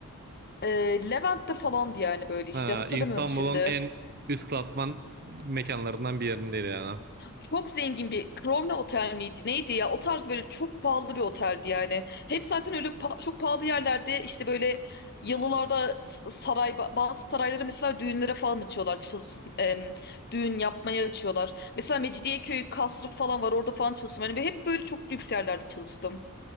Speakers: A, on the left; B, on the right.
A: E, Levent'te falandı yani böyle işte
B: Ha,
A: hatırlamıyorum
B: İstanbul'un
A: şimdi.
B: en üst klasman mekanlarından bir yerinde yani.
A: Çok zengin bir Crowne Otel miydi? Neydi ya? O tarz böyle çok pahalı bir oteldi yani. Hep zaten öyle pa- çok pahalı yerlerde işte böyle yalılarda s- saray ba- bazı sarayları mesela düğünlere falan açıyorlar. Çalış, em, düğün yapmaya açıyorlar. Mesela Mecidiyeköy kasrı falan var orada falan çalıştım. Hani hep böyle çok lüks yerlerde çalıştım.